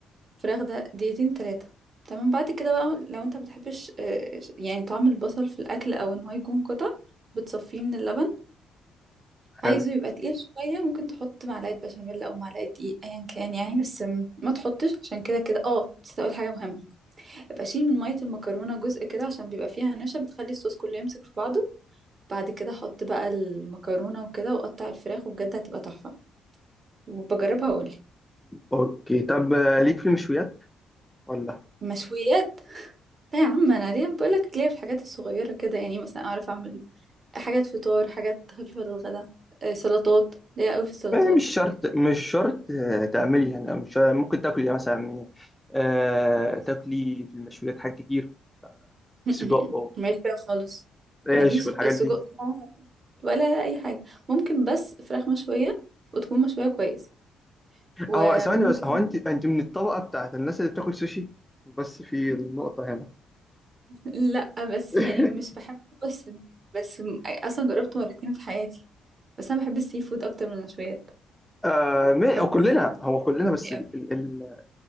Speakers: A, on the right; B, in the centre.
A: الفراخ ده دقيقتين تلاتة تمام بعد كده بقى لو أنت مبتحبش آه، يعني طعم البصل في الأكل أو إن هو يكون قطع بتصفيه من اللبن
B: حلو
A: عايزه يبقى تقيل شوية ممكن تحط معلقة بشاميل أو معلقة دقيق أيا كان يعني بس م- ما تحطش عشان كده كده اه بس أقول حاجة مهمة ابقى شيل من مية المكرونة جزء كده عشان بيبقى فيها نشا بتخلي الصوص كله يمسك في بعضه بعد كده حط بقى المكرونة وكده وقطع الفراخ وبجد هتبقى تحفة وبجربها وأقولي
B: اوكي طب آه، ليك في المشويات ولا
A: مشويات لا يا عم أنا ليه بقولك ليه في الحاجات الصغيرة كده يعني مثلا أعرف أعمل حاجات فطار حاجات خفيفة للغدا آه، سلطات ليا أوي في السلطات
B: آه، مش شرط مش شرط آه، تعملي يعني مش شرط- ممكن تاكلي يعني مثلا آه، تاكلي في المشويات حاجات كتير
A: <laughs>
B: سجق
A: ماليش فيها خالص
B: وريش
A: ماليش
B: والحاجات
A: خ- السجق
B: دي
A: ده ولا اي حاجه ممكن بس فراخ مشويه وتكون مشويه كويس وممكن
B: هو ثواني بس هو انت انت من الطبقه بتاعت الناس اللي بتاكل سوشي بس في النقطه هنا
A: <laughs> لا بس
B: <laughs>
A: يعني مش بحبه بس بس م- اصلا جربته مرتين في حياتي بس انا بحب السي فود اكتر من المشويات
B: آه ما-
A: بحب
B: هو كلنا
A: شوربه الجمبري
B: هو كلنا بس ال-
A: قوي
B: ال- ال-